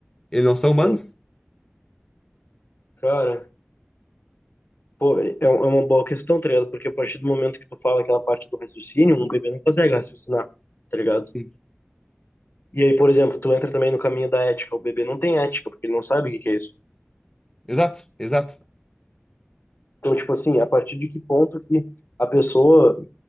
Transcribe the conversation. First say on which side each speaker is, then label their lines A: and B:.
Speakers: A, on the left (about 15°); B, on the left (about 60°).
A: Eles não são humanos?
B: Sim. Cara. Pô, é é um, é uma boa questão, tá ligado? Porque a partir do momento que tu fala aquela parte do raciocínio, um bebê não consegue raciocinar, tá ligado?
A: Sim.
B: E aí, por exemplo, tu entra também no caminho da ética. O bebê não tem ética, porque ele não sabe o que que é isso.
A: Exato, exato.
B: Então, tipo assim, a partir de que ponto que a pessoa,